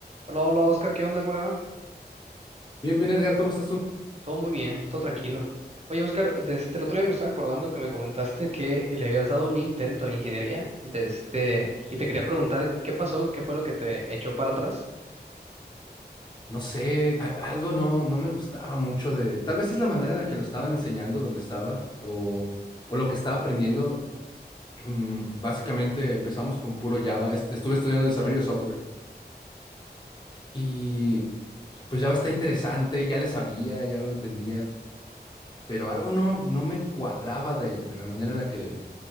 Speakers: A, on the right; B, on the left.
A: Hola, hola Oscar, ¿qué onda? ¿Cómo le va?
B: Bien, bien, Edgar, ¿cómo estás tú?
A: Todo muy bien, todo tranquilo. Oye Oscar, desde el otro día me estaba acordando que me comentaste que le habías dado un intento a la ingeniería de este, y te quería preguntar qué pasó, qué fue lo que te echó para atrás
B: No sé, a- algo no, no me gustaba mucho de... Tal vez es la manera en la que lo estaban enseñando donde estaba o, o lo que estaba aprendiendo. Mm, básicamente empezamos con puro Java. Este, estuve estudiando desarrollo de software y pues Java está interesante, ya le sabía, ya lo entendía, pero algo no, no me cuadraba de, de la manera en la que